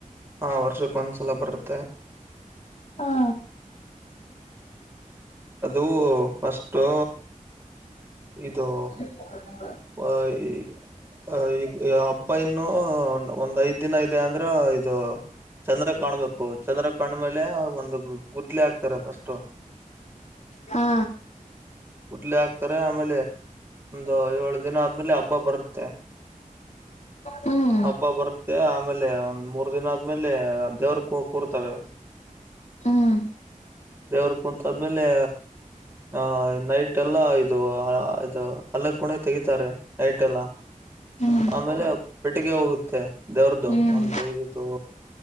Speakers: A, on the right; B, on the left.
A: ಹಾ ವರ್ಷಕ್ಕೆ ಒಂದ್ಸಲ ಬರುತ್
B: ಹಾ
A: ಅದು ಫಸ್ಟು ಇದು
B: <inaudible>
A: ಆ ಈ ಈ ಹಬ್ಬಇನ್ನು ಒಂದ್ ಐದ್ ದಿನ ಇದೆ ಅಂದ್ರ ಇದು ಚಂದ್ರ ಕಾಣ್ಬೇಕು. ಚಂದ್ರ ಕಂಡ್ಮೇಲೆ ಒಂದು ಗುತ್ಲೆ ಹಾಕ್ತಾರೆ ಫಸ್ಟ್.
B: ಹಾ
A: ಕುೂಡ್ಲೆ ಹಾಕ್ತಾರೆ ಆಮೇಲೆ ಒಂದು ಏಳು ದಿನ ಆದ್ಮೇಲೆ ಹಬ್ಬ ಬರುತ್ತೆ.
B: ಹ್ಮ್
A: ಹಬ್ಬ ಬರುತ್ತೆ ಆಮೇಲೆ ಒಂದ್ ಮೂರ್ ದಿನ ಆದ್ಮೇಲೆ ದೇವ್ರ ಕೂ. ಕೂರ್ತವೆ
B: ಹ್ಮ್
A: ದೇವ್ರ ಕುೂಂತಾದ್ಮೇಲೆ. ಆನೈಟ್ ಎಲ್ಲ ಇದು ಇದು ಅಲ್ಲ ಕೂಣೆ ತೆಗೀತಾರೆ ನೈಟ್ ಎಲ್ಲ.
B: ಹ್ಮ್
A: ಆಮೇಲೆ ಪೆಟ್ಟಿಗೆ ಹೋಗುತ್ತೆ ದೇವ್ರ್ದು
B: ಹ್ಮ್
A: ಒಂದು ಇದು.